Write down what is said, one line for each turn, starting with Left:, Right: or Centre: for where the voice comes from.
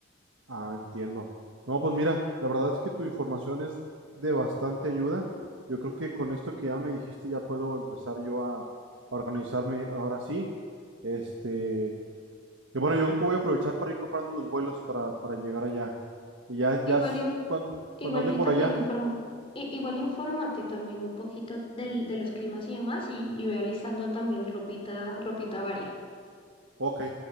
Right: Ah, entiendo. No, pues mira, la verdad es que tu información es de bastante ayuda. Yo creo que con esto que ya me dijiste ya puedo empezar yo a, a organizarme ahora sí. Este, y bueno, yo creo que voy a aprovechar para ir comprando los vuelos para, para llegar allá. Y ya, ya
Left: Igual
Right: cuando,
Left: Igual
Right: cuando ande
Left: y
Right: por
Left: también
Right: allá.
Left: informo, i- igual infórmate también un poquito del, de los climas y demás y, y ve alistando también ropita, ropita varia.
Right: Ok,